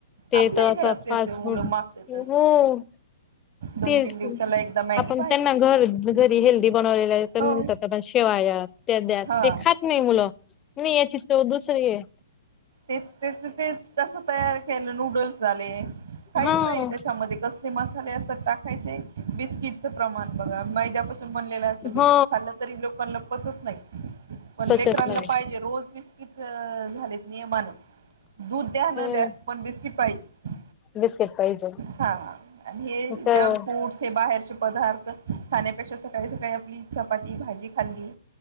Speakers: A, on the left; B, on the right.
A: ते
B: आपल्याही
A: तर असं
B: घरात तेच
A: फास्ट
B: आहे मुलं
A: फूड
B: मागतातच
A: हो.
B: दोन
A: तेच
B: तीन
A: की.
B: दिवसाला एकदा मॅगी
A: आपण
B: पाहिजे
A: त्यांना घर घरी हेल्दी. बनवलेले तर
B: हो
A: म्हणतात आपण शेवाया त्या द्यात
B: हा
A: ते खात नाही मुलं. नाही याची चव दुसरी आय.
B: तेच ते कस तयार केलं नूडल्स झाले. काहीच
A: हा
B: नाही त्याच्यामध्ये कसले मसाले असतात टाक खाय बिस्किटचं प्रमाण बघा. मैद्यापासून बनलेलं असतं.
A: हो
B: बिस्किट खाल्लं तरी लोकांना पचत नाही. पण
A: पचत
B: लेकरांना
A: नाही.
B: पाहिजे रोज बिस्किट झालेत. नियमान. दूध द्या. न
A: हम्म
B: द्या. पण बिस्किट पाहिजे.
A: बिस्किट पाहिजे
B: हा आणि हे
A: तर
B: जंक फूडस. हे बाहेरचे. पदार्थ. खाण्यापेक्षा सकाळी सकाळी आपली. चपाती भाजी खाल्ली.